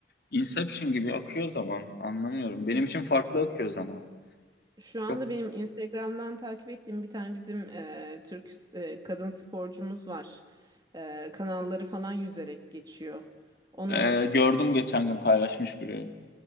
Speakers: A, on the left; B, on the right.
A: Inception gibi akıyor zaman. Anlamıyorum. Benim için farklı akıyor zaman.
B: şu anda
A: Çok
B: benim Instagram'dan takip ettiğim bir tane bizim e, Türk e, kadın sporcumuz var. E, kanalları falan yüzerek geçiyor. Onu
A: e, gördüm geçen gün paylaşmış biri.